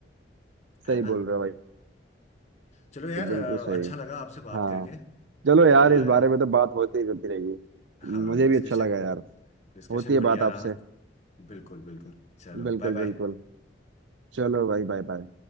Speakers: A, on the left; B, on the right.
A: है
B: सही
A: ना
B: बोल रहे हो भाई
A: चलो यार अ,
B: बिल्कुल सही
A: अच्छा लगा आपसे बात
B: हाँ
A: करके अ,
B: चलो
A: मजा
B: यार इस
A: आया
B: बारे में तो बात होती ही रहती रहेगी
A: हाँ
B: मुझे
A: डिस्कशन
B: भी अच्छा लगा यार
A: डिस्कशन
B: होती है
A: बढ़िया
B: बात आपसे
A: रहा बिल्कुल बिल्कुल चलो
B: बिल्कुल
A: बाय बाय
B: बिल्कुल चलो भाई बाय बाय